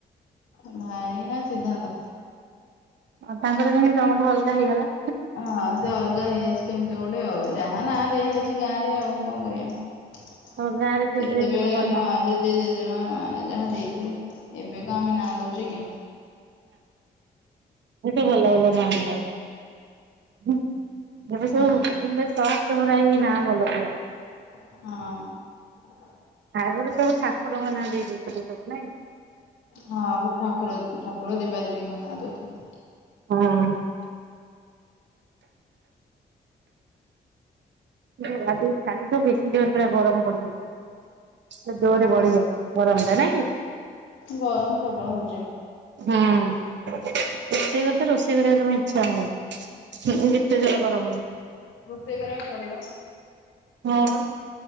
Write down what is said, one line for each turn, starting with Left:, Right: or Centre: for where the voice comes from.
Left: ଭାଇ ନା ସିଦ୍ଧାନ୍ତ,
Right: ଆଉ ତାଙ୍କର କାହିଁକି ତମଠୁଅଲଗା ହେଇଗଲ?
Left: ହଁ ସେ ଅଲଗା ହେଇଯାଇଛି କେମିତି ଗୋଟେ ଆଉ, ଯାହା ନା ଦିଆ ହେଇଛି ଗାଁ ରେ ଆଉ କଣ କରିଆ? ସେତେବେଳେ
Right: ତମ ଗାଁ ରେ ନା ଏ ସବୁ ଭଲ ଭଲ ନାଁ
Left: ହଁ ଜେଜେ ଜେଜେମା ମାନେ ଯାହା ଦେଇଥିଲେ। ଏବେ ତ ଆମେ ନାଁ ଦେଉଛେ କି?
Right: ଭଲ ଭଲ ଗାଁ ରେ ଖାଉ। ମଣିଷ
Left: ହୁଁ
Right: ଭୂନେଶର। <unintelligible>
Left: ହଁ।
Right: ଆଗରୁ ସବୁ ଠାକୁର ଙ୍କ ନାଁ ଦେଇ ଦଉଥିଲେ ସବୁ ନାଇଁ?
Left: ହଁ ଗୋଟେ ଠାକୁର, ଠାକୁର ଦେବା ଦେବୀଙ୍କ ନାଁ ଦଉଥିଲେ।
Right: ହଁ? ଯେ, ଆଜି କାଲି ଠୁ ବେଶି ଜୋର୍ ପୁରା ଗରମ ପଡିଯାଇଛି । ସେ ଦଡରେ
Left: ହଁ।
Right: ବଢ ବର ହତା ନା କି?
Left: ଗରମ ପ୍ରବଳ ହଉଚି।
Right: ହଁ ରୋଷେଇ ଘରେ ତ ରୋଷେଇ କରିବା ଇଚ୍ଛା ହଉନି। ଏତେ
Left: ଆ କଣ
Right: ଜୋର
Left: କରିବା,
Right: ଗରମ
Left: ରୋଷେଇ କରିବାକୁ ପଡିବ।
Right: ହଁପା,